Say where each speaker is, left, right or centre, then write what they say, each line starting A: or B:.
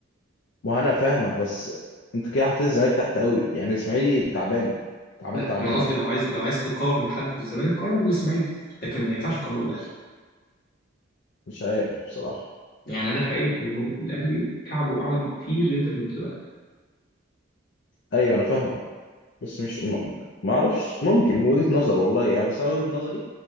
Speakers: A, on the left; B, on the left.
A: ما هو انا فاهمك بس انت كده حاطط الزمالك تحت قوي يعني الاسماعيلي تعبان تعبان
B: لا
A: تعبان
B: أنا قصدي
A: يعني
B: لو عايز لو عايز تقارن حد بالزمالك قارنه بالإسماعيلي لكن ما ينفعش تقارنه بالأهلي
A: مش عارف بصراحه
B: يعني أنا شايف إنه الأهلي كعبه أعلى بكتير جدا من الزمالك
A: ايوه انا فاهمك بس مش ما ما اعرفش ممكن من وجهة نظر والله يعني بس انا وجهة نظري